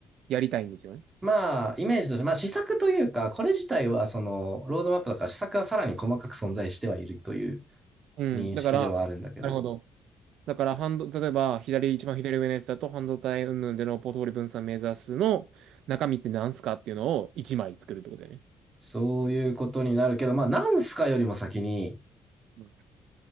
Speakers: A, on the right; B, on the right.
A: やりたいんですよね。
B: まあ、イメージとして、まあ試作というか、これ自体はその、ロードマップだから試作はさらに細かく存在してはいるという
A: うん。
B: 認識ではあるんだけど、
A: だから、なるほど。だから、半導、例えば、左、一番左上のやつだと、半導体云々でのポートフォリオ分散目指すの中身って何すかっていうのを1枚作るってことだよね。
B: そういうことになるけど、まあ、なんすかよりも先に
A: うん